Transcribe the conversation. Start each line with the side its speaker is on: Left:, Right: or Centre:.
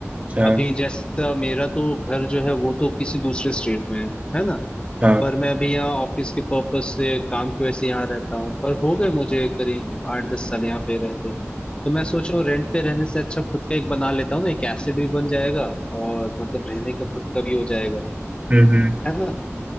Right: अच्छा
Left: अभी जैसा मेरा तो घर जो है वो तो किसी दूसरे स्टेट में है है ना
Right: हाँ
Left: पर मैं अभी यहाँ ऑफिस के पर्पस से काम की वजह से यहाँ रहता हूँ पर हो गए मुझे करीब आठ दस साल यहाँ पे रहते तो मैं सोच रहा हूँ रेंट पे रहने से अच्छा खुद का एक बना लेता हूँ ना एक एसेट भी बन जाएगा और मतलब रहने का खुद का भी हो जाएगा
Right: हम्म हम्म
Left: है ना